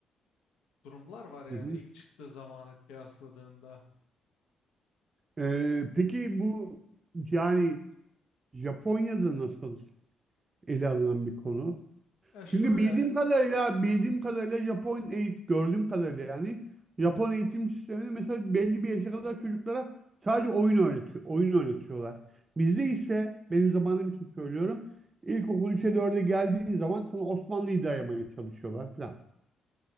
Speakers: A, on the left; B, on the right.
A: e, durumlar var yani
B: Hı hı.
A: ilk çıktığı zamana kıyasladığında.
B: E, peki bu yani Japonya'da nasıl ele alınan bir konu?
A: Ya şöyle
B: Çünkü bildiğim kadarıyla bildiğim kadarıyla Japon eğitim gördüğüm kadarıyla yani Japon eğitim sisteminde mesela belli bir yaşa kadar çocuklara sadece oyun öğretiyor, oyun oynatıyorlar. Bizde ise benim zamanım için söylüyorum. İlkokul 3'e dörde geldiğin zaman sana Osmanlı'yı dayamaya çalışıyorlar falan.